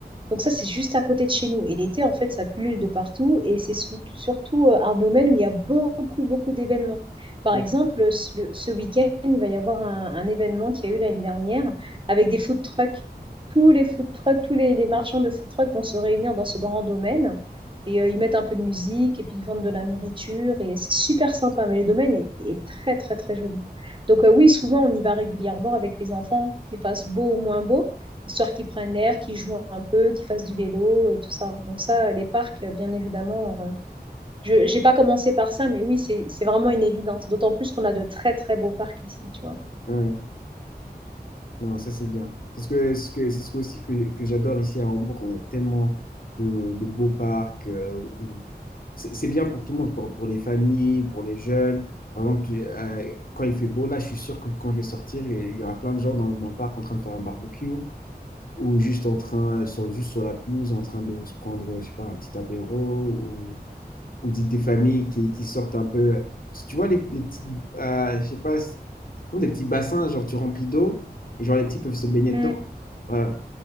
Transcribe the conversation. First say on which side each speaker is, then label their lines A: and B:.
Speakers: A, on the right (about 30°); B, on the left (about 60°).
A: Donc ça, c'est juste à côté de chez nous. Et l'été, en fait, ça pullule de partout. Et c'est sou- surtout euh, un domaine où il y a beaucoup, beaucoup d'événements. Par
B: ouais,
A: exemple, ce, le- ce week-end, il va y avoir un, un événement qu'il y a eu l'année dernière avec des food trucks. Tous les food trucks, tous les, les marchands de food trucks vont se réunir dans ce grand domaine. Et euh, ils mettent un peu de musique et puis ils vendent de la nourriture. Et c'est super sympa. Mais le domaine est, est très, très, très joli. Donc euh, oui, souvent, on y va régulièrement avec les enfants, qu'il fasse beau ou moins beau histoire qu'ils prennent l'air, qu'ils jouent un peu, qu'ils fassent du vélo et tout ça. Donc ça, les parcs, bien évidemment, euh, je j'ai pas commencé par ça, mais oui, c'est c'est vraiment une évidence. D'autant plus qu'on a de très très beaux parcs ici, tu vois.
B: ouais. Non, ça c'est bien. C'est ce que, ce que, c'est ce que aussi que, que j'adore ici à Hambourg. On a tellement de, de beaux parcs euh, où c'est c'est bien pour tout le monde, pour, pour les familles, pour les jeunes. Par exemple, tu- euh, quand il fait beau, là, je suis sûr que quand je vais sortir, il y aura plein de gens dans, dans le parc en train de faire un barbecue ou juste en train, sur, juste sur la pelouse, en train de se prendre, je sais pas, un petit apéro ou des, des familles qui, qui sortent un peu. Tu tu vois, les, les petits, euh, je sais pas, c'est comme des petits bassins, genre tu remplis d'eau et genre les petits peuvent se baigner
A: Mm.
B: dedans. Voilà.